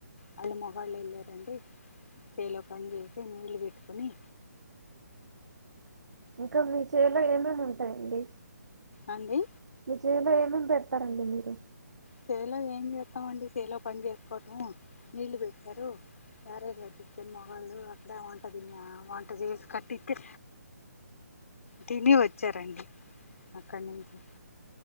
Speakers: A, on the left; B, on the right.
A: వాళ్ళు మగళ్ళు వెళ్ళారండి చేైలో పని చేసి నీళ్లు పెట్టుకని
B: ఇంకా మీ చేలో ఏమెమ్ ఉంటాయండి
A: అండి
B: మీ చేల్లో ఎమేమ్ పెరుతారండి మీరు
A: సేలో ఏం చేస్తామండి సేలో పని చేసుకోవటం నీళ్లు పెట్టారు క్యారేజ్ కట్టిస్తే మొగళ్ళు అక్కడే వంటది వంటచేసి కట్టిస్తే తిని వచ్చారండి అక్కడి నుంచి